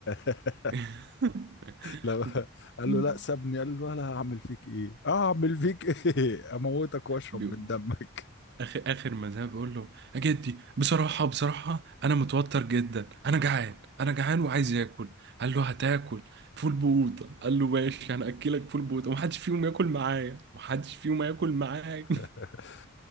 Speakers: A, on the left; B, on the right.
A: <laughs>
B: <laughs>
A: لو قال له لا سابني قال له لا هعمل فيك ايه اه هعمل فيك ايه <laughs> اموتك واشرب
B: بي...
A: من دمك
B: اخر اخر ما ذهب بيقول له يا جدي بصراحه بصراحه انا متوتر جدا انا جعان انا جعان وعايز اكل قال له هتاكل فول بوطه قال له ماشي انا اكلك فول بوطه ومحدش فيهم ياكل معايا محدش فيهم ياكل معايا
A: <laughs>